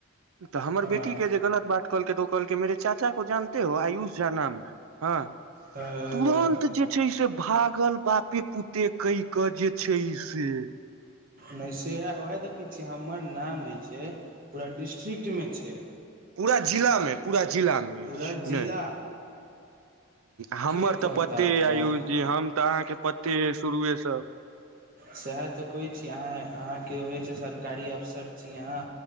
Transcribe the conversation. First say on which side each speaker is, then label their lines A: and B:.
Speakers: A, on the right (about 85°); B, on the right (about 40°).
A: तऽ हमर
B: हँ
A: बेटी के जे गलत बात कहलकै तऽ ओ कहलक मेरे चाचा को जानते हो आयुष झा नाम है हँ
B: हँ,
A: तुरन्त जे छै से भागल बापे पुते कइ क जे छै से
B: नहि सेहै उहै देखै छियै हमर नाम जे छै पूरा डिस्ट्रिक्टमे छै
A: पूरा जिला में पूरा जिला मे
B: पुरा
A: अछि
B: जिला
A: नहि हमर
B: की
A: तऽ
B: कहता
A: पते यै
B: तऽ
A: आयुष जी हम तऽ अहाँके पते है शुरुए सँ
B: सहै तऽ कहय छी अहाँ अहाँ के होइ छै सरकारी अफसर छी यहाँ